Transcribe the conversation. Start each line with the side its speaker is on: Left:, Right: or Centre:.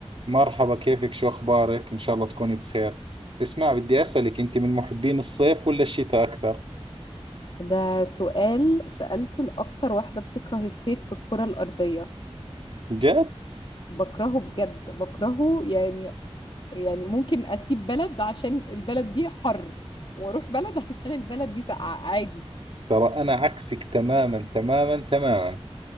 Right: مرحبا كيفك شو أخبارك؟ إن شاء الله تكوني بخير اسمع بدي أسألك أنت من محبين الصيف ولا الشتاء أكثر؟
Left: ده سؤال سألته لأكتر واحدة بتكره الصيف في الكرة الأرضية
Right: جد؟
Left: بكرهه بجد بكرهه يعني يعني ممكن أسيب بلد عشان البلد دي حر وأروح بلد <laughs> عشان البلد دي ساقعة عادي
Right: ترى أنا عكسك تماما تماما تماما